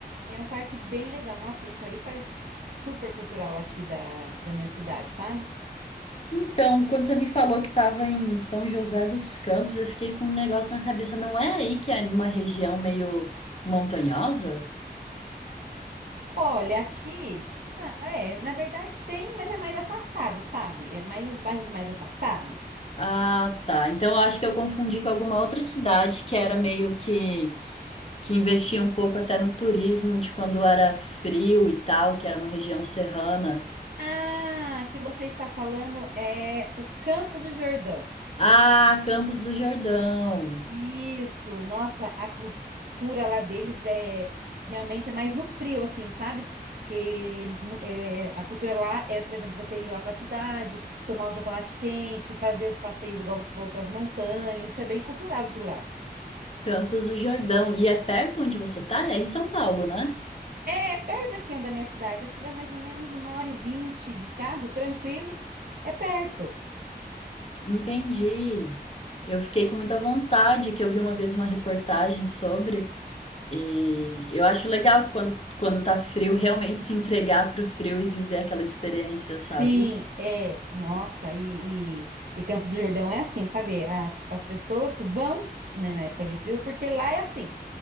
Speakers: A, on the right; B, on the left.
A: É um parque bem legal. Nossa, isso aí faz super cultural aqui da, da minha cidade, sabe?
B: Então, quando você me falou que estava em São José dos Campos, eu fiquei com um negócio na cabeça. Não é aí que é numa região meio montanhosa?
A: Olha, aqui. na- É, na verdade tem, mas é mais afastado, sabe? É mais os bairros mais afastados.
B: Ah, tá. Então, eu acho que eu confundi com alguma outra cidade que era meio que que investia um pouco até no turismo de quando era frio e tal, que era uma região serrana.
A: Ah, que você está falando é o Campos do Jordão.
B: Ah, Campos do Jordão.
A: Isso, nossa, a cultura lá deles é realmente é mais no frio, assim, sabe? Que eles mu- é, a cultura lá é, por exemplo, você ir lá pra cidade, tomar o chocolate quente, fazer os passeios igual você falou pras montanhas, isso é bem cultural de lá.
B: Campos do Jordão. E é perto onde você tá? É em São Paulo, né?
A: É perto daqui da minha cidade, acho que dá mais ou menos uma hora e vinte de carro, tranquilo, é perto.
B: Entendi. Eu fiquei com muita vontade, que eu vi uma vez uma reportagem sobre, e eu acho legal quando, quando tá frio, realmente se entregar pro frio e viver aquela experiência,
A: Sim,
B: sabe?
A: é. Nossa, e, e, e Campos do Jordão é assim, sabe? As, as pessoas vão, né, na época de frio, porque lá é assim.